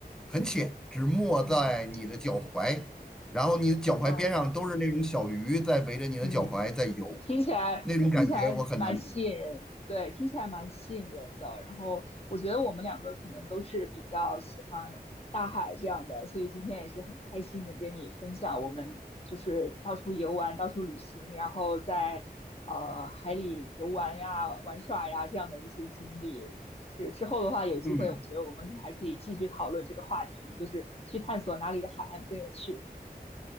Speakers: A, in the centre; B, on the left.
A: 很浅，只没在你的脚踝，
B: 嗯，
A: 然后你的脚踝边上都是那种小鱼在围着你的脚踝在游，
B: 啊，嗯，听起来听起来蛮吸引人，
A: 那种感觉我很难。
B: 对，听起来蛮吸引人的。然后我觉得我们两个可能都是比较喜欢大海这样的，所以今天也是很开心的跟你分享我们就是到处游玩、到处旅行，然后在呃海里游玩呀、玩耍呀这样的一些经历。是之后的话，有机会我觉得我们还可以继续讨论这个话题，
A: 嗯，
B: 就是去探索哪里的海岸更有趣。